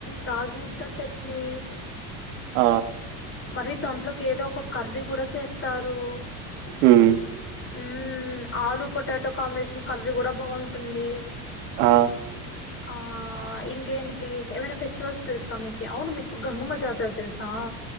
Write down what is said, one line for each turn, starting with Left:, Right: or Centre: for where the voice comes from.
Left: రాగి ముద్ద చట్నీ
Right: ఆ
Left: మరి దాంట్లోకి ఏదో ఒక కర్రీ కూడా చేస్తారు
Right: హ్మ్
Left: హ్మ్ ఆలు పొటాటా కాంబినేషన్ కర్రీ కూడా బాంటుంది
Right: ఆ
Left: ఆ ఇంకేంటి ఏమైనా ఫెస్టివల్స్ తెలుసా మీకు అవును మీకు గంగమ్మ జాతర తెలుసా